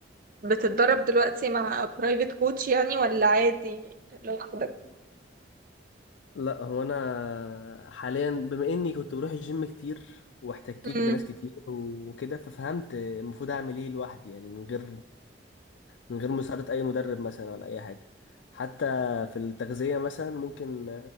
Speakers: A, on the right (about 50°); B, on the left (about 80°).
A: بتتدرب دلوقتي مع برايفت كوتش يعني ولا عادي لوحدك
B: لا هو انا حاليا بما اني كنت بروح الجيم كتير واحتكيت
A: امم
B: بناس كتير وكده ففهمت المفروض اعمل ايه لوحدي يعني من غير من غير مساعدة اي مدرب مثلا ولا اي حاجة حتى في التغذية مثلا ممكن